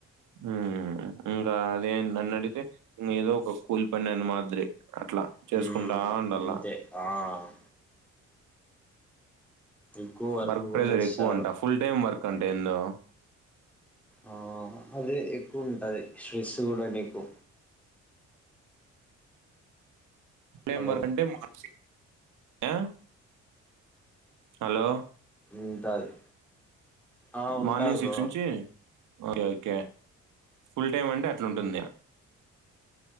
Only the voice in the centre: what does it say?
హ్మ్
అంతే ఆ ఎక్కువ
కూడా ఇస్తారు
ఆ అదే ఎక్కువుంటది స్టేస్సు గూడ నీకు
హలో
ఉంటాది ఆ ఉంటాది
బ్రో